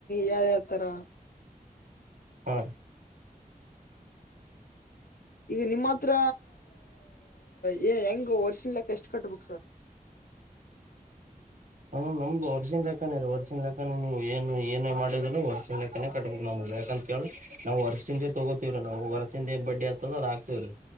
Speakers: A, on the left; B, on the right.
A: ಯಾವ ಯಾವತರ.
B: ಹ
A: ಈಗ ನಿಮ್ಮ ಹತ್ರ ಹೇ ಹೆಂಗ ವರ್ಷನ್ ಲೆಕ್ಕ ಎಷ್ಟ ಕಟ್ಬೇಕ ಸರ್?
B: ಹ ನಮ್ದು ವರ್ಷದ ಲೆಕ್ಕಾನೇ ರೀ ವರ್ಷದ ಲೆಕ್ಕಾನೇ ನೀವು ಏನು ಏನೇ ಮಾಡಿದ್ರು ವರ್ಷನ್ ಲೆಕ್ಕನೆ ಕಟ್ಬೇಕು ನಮ್ಗ ಯಾಕಂತ ಕೇಳ್ ನಾವು ವರ್ಷಿಂದ ತಗೋತಿವ ರಿ ನಾವು ವರ್ಸಿಂದ ಏನ್ ಬಡ್ಡಿ ಆಗ್ತದ ಅದ ಹಾಕ್ತೀವ್ ರಿ.